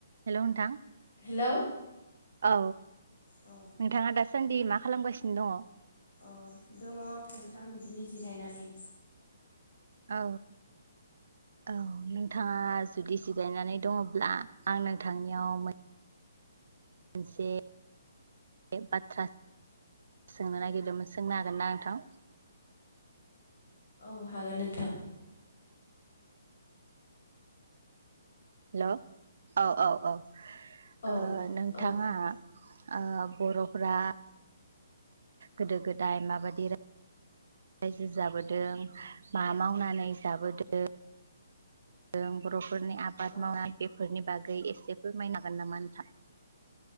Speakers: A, on the right; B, on the left.
A: <inaudible> Hello नोंथां
B: hello
A: औ
B: औ
A: नोंथाङा दासान्दि मा खालामगासिनो दङ?
B: अ दङ नोंथां बिदिनो जिरायनानै
A: औ औ नोंथाङा जुदि जिरायनानै दङब्ला आं नोंथांनियाव मोन मोनसे बाथ्रा सोंनो नागिरदोंमोन सोंनो हागोन ना नोंथां?
B: औ हागोन नोंथां।
A: हेलौ औ औ औ
B: औ
A: ओ नोंथाङा
B: औ
A: ओ बरफोरा गोदो गोदाय माबादि रायजो जाबोदों मा मावनानै जाबोदों दों बरफ फोरनि आबाद
B: औ
A: मावनाय बेफोरनि बागै एसे जे फोरमायनो हांगोन नामा नोंथां?